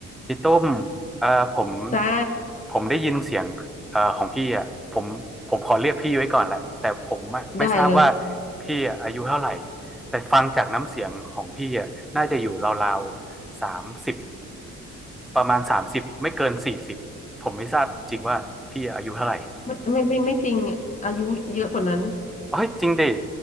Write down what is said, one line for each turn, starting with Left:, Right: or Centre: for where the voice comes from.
Centre: พี่ตุ้มเอ่อผม
Left: จ้า
Centre: ผมได้ยินเสียงเอ่อของพี่อ่ะผมผมขอเรียกพี่ไว้ก่อนแหละแต่ผมอะไม่ทราบว่า
Left: ได้เลย
Centre: พี่อะอายุเท่าไหร่แต่ฟังจากน้ำเสียงของพี่อ่ะน่าจะอยู่ราวๆสามสิบประมาณสามสิบไม่เกินสี่สิบผมไม่ทราบจริงๆว่าพี่อายุเท่าไหร่
Left: ไม่ไม่ไม่ไม่จริงอะอายุเยอะกว่านั้น
Centre: เฮ้ยจริงดิ